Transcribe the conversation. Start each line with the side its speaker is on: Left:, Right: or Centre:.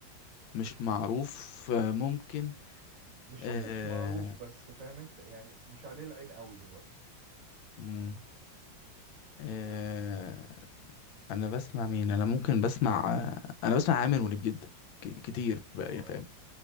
Left: مش معروف آه، ممكن
Right: مش
Left: آه
Right: شرط مش معروف بس فاهم انت يعني مش عليه العين قوي دلوقتي
Left: مم، آه انا بسمع مين انا ممكن بسمع آه انا بسمع عامر منيب جدا ك- كتير بقى
Right: اه
Left: يعني فاهم